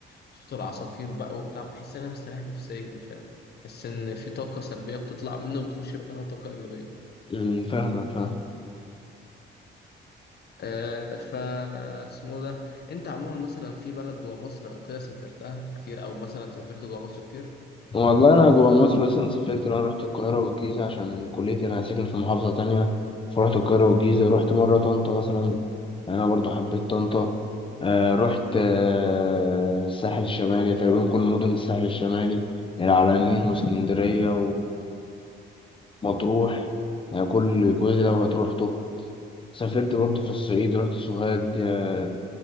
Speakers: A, on the left (about 55°); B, on the left (about 25°).
A: وصوت العصافير بقى وبتاع بحس إن أنا مستريح نفسيا فاهم بحس إن في طاقة سلبية بتطلع منه وبتخش مكانها طاقة إيجابية
B: أمم، فاهمك فاهم
A: أه ف اسمه ده أنت عموما مثلا في بلد جوا مصر أو كده سافرتها كتير أو مثلا سافرت جوا مصر كتير؟
B: والله أنا جوا مصر بس أنا سافرت أنا رحت القاهرة والجيزة عشان كليتي أنا ساكن في محافظة تانية فرحت القاهرة والجيزة رحت مرة طنطا مثلا أنا برضه حبيت طنطا آه، رحت آه، الساحل الشمالي تقريبا كل مدن الساحل الشمالي العلمين واسكندرية مطروح يعني كل جزء لو هتروح
A: مم.
B: تو سافرت برضو في الصعيد رحت سوهاج آه،